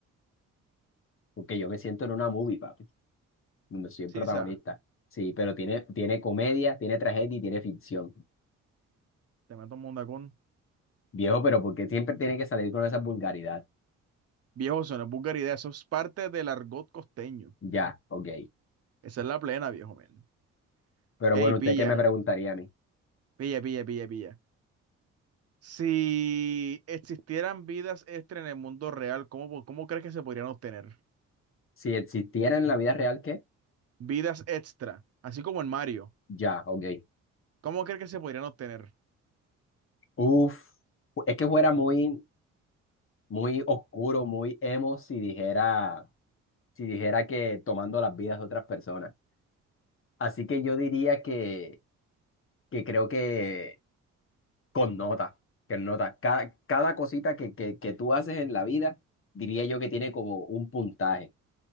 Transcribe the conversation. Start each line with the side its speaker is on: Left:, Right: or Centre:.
Left: Porque yo me siento en una movie, papi, donde soy el
Right: Sisa,
Left: protagonista. Sí, pero tiene, tiene comedia, tiene tragedia y tiene ficción.
Right: te meto un mundacón.
Left: Viejo, pero porque siempre tiene que salir con esa vulgaridad?
Right: Viejo, eso no es vulgaridad, eso es parte del argot costeño.
Left: Ya, ok.
Right: Esa es la plena, viejo men.
Left: Pero
Right: Ey,
Left: bueno,
Right: pilla,
Left: ¿usted qué me preguntaría a mí?
Right: pilla, pilla, pilla, pilla. Si existieran vidas extra en el mundo real, ¿cómo, cómo crees que se podrían obtener?
Left: Si existiera en la vida real, ¿qué?
Right: Vidas extra, así como en Mario.
Left: Ya, ok.
Right: ¿Cómo crees que se podrían obtener?
Left: Uf, es que fuera muy, muy oscuro, muy emo si dijera, si dijera que tomando las vidas de otras personas. Así que yo diría que, que creo que con notas, que notas. Cada, cada cosita que, que, que tú haces en la vida, diría yo que tiene como un puntaje.